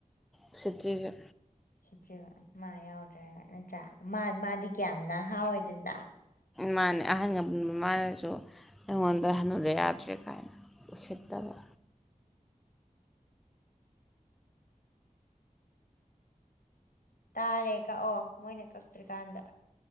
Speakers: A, in the centre; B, on the left.
A: ꯎꯁꯤꯠꯇ꯭ꯔꯤꯖꯦ
B: ꯁꯤꯠꯇ꯭ꯔꯤꯕ ꯃꯥ ꯌꯥꯎꯗ꯭ꯔꯦꯅ ꯅꯠꯇ꯭ꯔꯥ ꯃꯥ ꯃꯥꯗꯤ ꯀꯌꯥꯝ ꯅꯍꯥ ꯑꯣꯏꯗꯅ
A: ꯃꯥꯅꯦ ꯑꯍꯟꯒ ꯄꯨꯡꯕ ꯃꯥꯅꯁꯨ ꯑꯩꯉꯣꯟꯗ ꯍꯅꯨꯔꯦ ꯌꯥꯗ꯭ꯔꯦ ꯀꯥꯏꯅ ꯎꯁꯤꯠꯇꯕ
B: ꯇꯥꯔꯦ ꯀꯛꯑꯣ ꯃꯣꯏꯅ ꯀꯛꯇ꯭ꯔꯤꯀꯥꯟꯗ